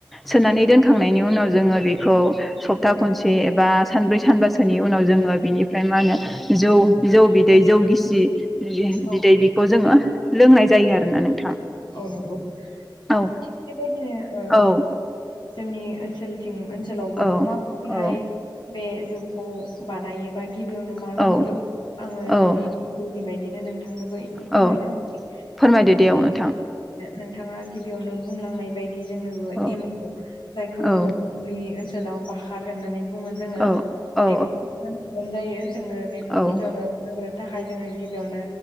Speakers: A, in the centre; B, on the left.
A: सोनानै दोनखांनायनि उनाव जोङो बेखौ सप्ता खनसे एबा सानब्रै सानबासोनि उनाव जोङो बिनि ओमफ्राय मा होनो जौ-जौ बि बिदै जौ गिसि
B: औ
A: बिदै बिखौ जोङो लोंनाय जायो आरोना नोंथां
B: औ नंगौ
A: औ
B: थिग बेबायदिनो
A: औ
B: जोंनि ओनसोलथिं ओनसोलावबो
A: औ
B: माबोरैहाय
A: औ
B: बे जौखौ बानायोबा गिबियावनो मा
A: औ
B: नांग्रोगोन आङो
A: औ
B: जोंनि ओनसोलनि बायदिनो नोंथांनोबो एसे फोरमायनोसै।
A: औ फोरमायदो दे ।
B: नोंथाङा गिबियावनो बुंलांनाय बायदि बेजोंनोबो
A: औ
B: एमाव जायखौ
A: औ
B: जोङो जोंनि ओनसोलाव बाखार होननानै बुङो जोङो
A: औ औ
B: बेखौगोन जायो जोङो बेखौ
A: औ
B: गिबियावनो नांगोन। थाखाय जोङो गिबियावनो